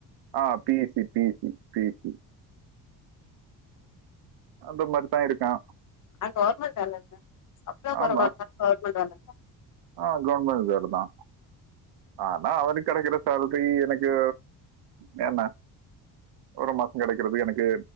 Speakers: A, on the right; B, on the left.
A: ஆ பி யே சி பீ எ சி பி எ சி அந்த மாரிதா இருக்கா
B: அது கவர்மெண்ட் வேலல சம்ளோ கொறவா
A: ஆமா
B: இருந்தாலு கவர்மெண்ட் வேலல
A: ஆ கவர்மெண்ட் வேல தா ஆனா அவனுக் கெடைக்குற சேல்ரி எனக்கு வேணா ஒரு மாசோ கெடைக்கிறதுக்கு எனக்கு